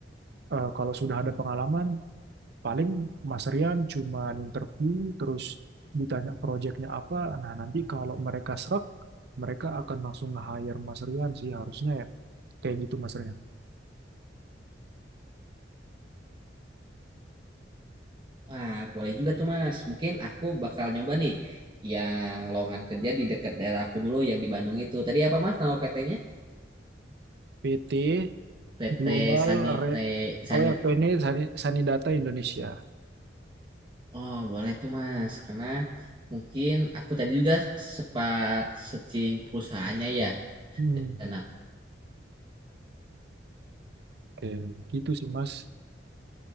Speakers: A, on the right (about 60°); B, on the right (about 25°).
A: eh, kalau sudah ada pengalaman Paling Mas Rian cuma interview terus ditanya proyeknya apa. Nah, nanti kalau mereka serak, mereka akan langsung nge-hire Mas Rian sih harusnya ya. Kayak gitu Mas Rian.
B: wah boleh juga tuh mas. Mungkin aku bakal nyoba nih yang lowongan kerja di dekat daerah aku dulu yang di Bandung itu. Tadi apa mas nama PT-nya?
A: PT
B: PT
A: Global
B: Sanite
A: Red
B: Sanit.
A: Oh ya, PNI Sani, Sanidata Indonesia.
B: Oh boleh tuh mas, karena mungkin aku tadi juga sempat searching perusahaannya ya
A: Hmm,
B: dan
A: oke, gitu sih Mas